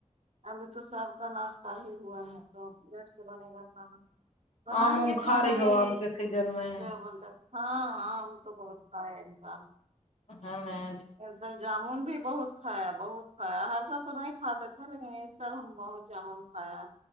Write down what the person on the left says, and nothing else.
آم وم
کھا
رہی ہو
آم کے سیزن میں
ہاں میں